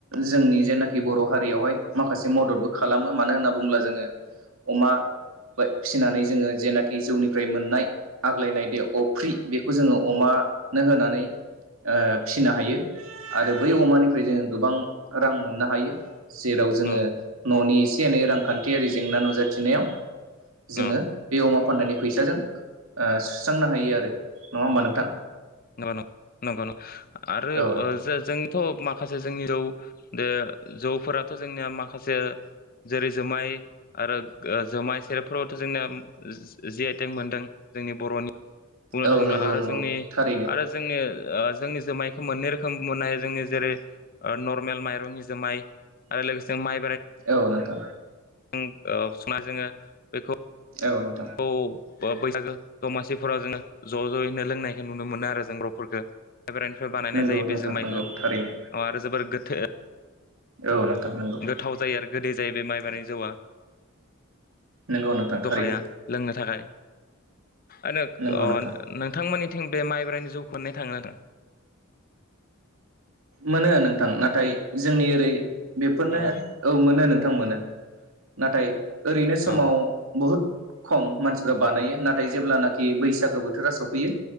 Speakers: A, on the right; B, on the left.
A: जोंनि जेनाखि बर' हारियावहाय माखासे मददबो खालामो मानो होनना बुङोब्ला जोङो अमा फिसिनानै जोङो जेनाखि जौनिफ्राय मोननाय आग्लायनायदैयाव अफ्रि बेखौ जोङो अमानो होनानै फिनो हायो आरो बै अमानिफ्राय जोङो गोबां रां मोननो हायो जेराव जोङो
B: अ
A: न'निइस रांखान्थियारि जेंना नुजाथिनायाव जोङो
B: अ अ
A: बे अमा फाननानै फैसाजों सुस्रांनो हायो आरो नङा होमबा नोंथां
B: नंग-न नंगौ-न आरो
A: औ नोंथां
B: जोंथ' माखा जोंनि जौ दे जौफोराथ' जोंनिया माखासे जेरै जुमाय आरो जुमाय सेरेबफोरावथ' जोंनिया जि आइटेंग मोनदों जोंनि बर'नि बुंनो
A: औ
B: थाङोब्ला
A: नंगौ
B: आरो
A: नंगौ
B: जोंनि
A: थार
B: आरो जोंनि जोंनि जुमायखौ मोननै रोखोम मोननो हानाय जोंनि जेरै नर्मेल माइरंनि जुमाय आरो लोगोसे माइ
A: औ नोंथां
B: जों औ संना जोङो बेखौ
A: औ नोंथां
B: खौ बैसागो दमासिफोराव जोङो ज' ज'यैनो लोंनायखौ नुनो मोनो आरो जों बर 'फोरखौ मायब्रानिफ्राय बानायनाय
A: नंगौ
B: जायो
A: नोंथां
B: बे जुमायखौ
A: नंगौ थारैनो
B: अ आरो जोबोर गोथ थो
A: औ नोंथां नंगौ
B: गोथाव जायो आरोखि गोदै जायोै बे माइब्रानि जौआ
A: नंगौ नोंथां थारैनो
B: जखाया लोंनो थाखाय आरो
A: नंगौ
B: अ
A: नोंथां
B: नोंथांमोननि थिं बे माइब्रानि जौ मोनो थाङोदा
A: मोनो नोंथां नाथाय जोंनि ओरै बेफोरनो
B: अ
A: औ मोनो नोंथां थांमोनो नाथाय ओरैनो समाव
B: अ
A: बहुद खम मानसिफ्रा बानायो नाथाय जेब्लानाखि बैसागो बोथोरा सफैयो